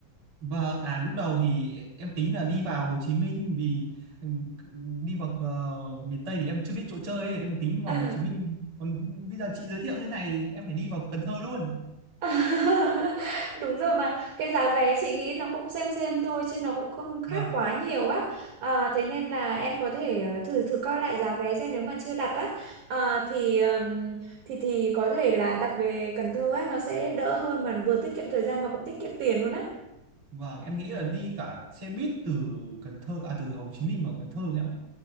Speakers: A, on the right; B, on the right.
A: Vâng, à lúc đầu thì em tính là đi vào Hồ Chí Minh vì ừm, đi vào ờ, miền Tây thì em chưa biết chỗ chơi ấy, em tính vào
B: À,
A: Hồ Chí Minh. Còn bây giờ chị giới thiệu như này thì em phải đi vào Cần Thơ luôn.
B: <laughs> Đúng rồi mà cái giá vé chị nghĩ nó cũng xem xem thôi chứ nó cũng không khác
A: Vâng,
B: quá nhiều á à, thế nên là em có thể ờ, thử thử coi lại giá vé xem nếu mà chưa đặt á à, thì ừm, thì thì có thể là đặt về Cần Thơ á nó sẽ đỡ hơn mà vừa tiết kiệm thời gian mà cũng tiết kiệm tiền luôn á
A: vâng, em nghĩ là đi cả xe buýt từ Cần Thơ à từ Hồ Chí Minh vào Cần Thơ kẹo.